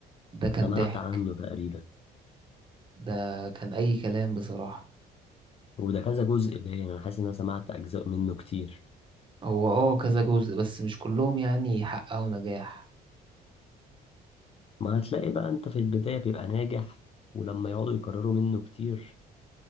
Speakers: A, on the right (about 30°); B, on the left (about 35°).
A: ده كان
B: سمعت
A: ضحك
B: عنه تقريبا
A: ده كان أي كلام بصراحة
B: وده كذا جزء باين انا حاسس ان انا سمعت اجزاء منه كتير
A: هو اه كذا جزء بس مش كلهم يعني حققوا نجاح
B: ما هتلاقي بقى انت في البداية بيبقى ناجح ولما يقعدوا يكرروا منه كتير